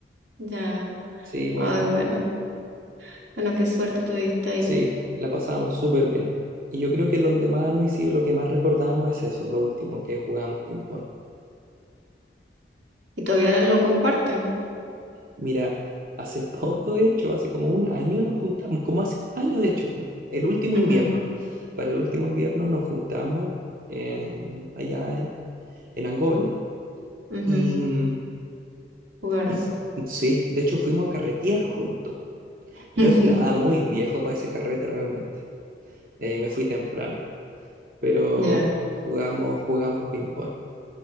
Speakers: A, on the right; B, on the right.
A: Ya,
B: sí, buena,
A: ay, bueno, bueno, qué suerte tuviste ahí.
B: sí, la pasamos súper bien. Y yo creo que donde más nos hicimos, lo que más recordamos es eso, lo último, que jugamos ping-pong.
A: Y todavía lo comparten.
B: Mira, hace poco, de hecho, hace como un año nos juntamos, como hace un año, de hecho, el último
A: Ujú,
B: invierno. Para el último invierno nos juntamos en- allá en, en Angol
A: ujú,
B: y, mm,
A: Jugaron.
B: y f- sí, de hecho fuimos a carretear juntos.
A: <laughs>
B: Yo estaba muy viejo para ese carrete realmente. eh, me fui temprano, pero
A: Ya,
B: jugamos, jugamos ping-pong